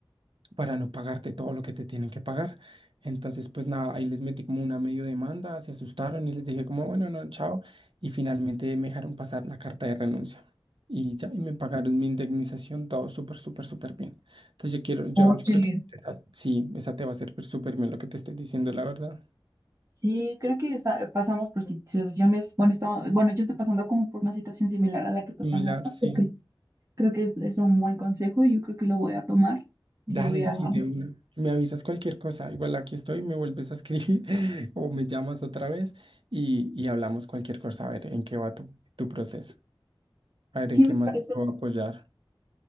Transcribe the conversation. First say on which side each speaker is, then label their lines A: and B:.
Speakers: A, on the right; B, on the right.
A: para no pagarte todo lo que te tienen que pagar. Entonces, pues nada, ahí les metí como una medio demanda, se asustaron y les dije como, bueno, no, chao. Y finalmente me dejaron pasar la carta de renuncia. Y ya, y me pagaron mi indemnización, todo súper, súper, súper bien. Entonces yo quiero, yo,
B: Oye,
A: yo creo que esa, sí, esa te va a servir súper bien lo que te estoy diciendo, la verdad.
B: sí, creo que está- pasamos por situaciones, bueno, estaba- bueno, yo estoy pasando como por una situación similar a la que tú
A: Similar,
B: pasaste,
A: sí.
B: porque creo que es un buen consejo y yo creo que lo voy a tomar y
A: Dale,
B: sí voy a,
A: sí,
B: Ujú.
A: de una. Me avisas cualquier cosa. Igual aquí estoy, me vuelves a escribir <laughs> o me llamas otra vez y, y hablamos cualquier cosa, a ver en qué va tu, tu proceso. A ver,
B: Sí,
A: ¿en qué
B: me
A: más
B: parece,
A: te puedo apoyar?